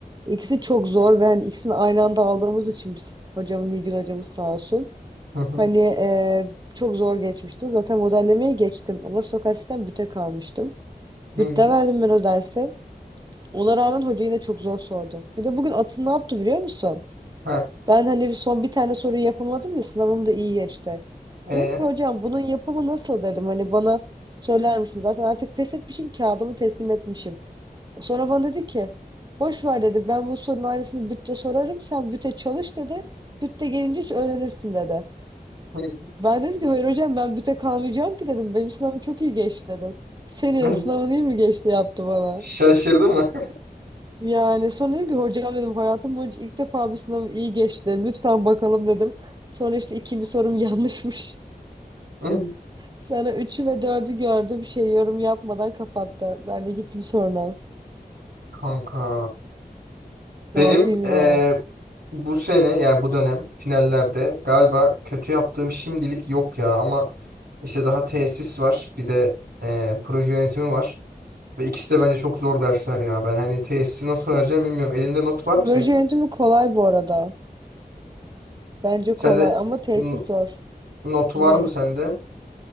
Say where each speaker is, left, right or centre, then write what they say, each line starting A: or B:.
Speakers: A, on the right (about 25°); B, on the right (about 80°).
A: İkisi çok zor ve hani ikisini aynı anda aldığımız için biz hocamın Nilgün hocamız sağ olsun.
B: Hı hı.
A: Hani e, çok zor geçmişti. Zaten modellemeyi geçtim ama stokastikten büte kalmıştım.
B: Hı.
A: Bütte verdim ben o dersi. Ona rağmen hoca yine çok zor sordu. Bir de bugün atın ne yaptı biliyor musun?
B: Ha.
A: Ben hani bir son bir tane soruyu yapamadım ya sınavım da iyi geçti.
B: E.
A: Dedim ki hocam bunun yapımı nasıl dedim. Hani bana söyler misin? Zaten artık pes etmişim kağıdımı teslim etmişim. Sonra bana dedi ki boş ver dedi ben bu sorunun aynısını bütte sorarım sen büte çalış dedi. Bütte gelince hiç öğrenirsin dedi.
B: Hı.
A: Ben dedim ki hayır hocam ben büte kalmayacağım ki dedim. Benim sınavım çok iyi geçti dedim. Senin
B: <laughs>
A: sınavın iyi mi geçti yaptı bana.
B: Şaşırdı mı?
A: Yani sonra dedim ki hocam dedim hayatım boyunca ilk defa bir sınavım iyi geçti. Lütfen bakalım dedim. Sonra işte ikinci sorum <laughs> yanlışmış.
B: <laughs> Hı.
A: sana üçü ve dördü gördü. Bir şey yorum yapmadan kapattı. Ben de gittim sonra.
B: Kanka. Benim
A: Ne yapayım
B: eee,
A: ya?
B: bu sene yani bu dönem finallerde galiba kötü yaptığım şimdilik yok ya ama işte daha tesis var bir de eee, proje yönetimi var ve ikisi de bence çok zor dersler ya ben hani tesisi nasıl vereceğim bilmiyorum elinde not var mı
A: Proje
B: senin?
A: yönetimi kolay bu arada. Bence
B: Sende
A: kolay ama tesis
B: n-
A: zor.
B: not var
A: Ne?
B: mı sende?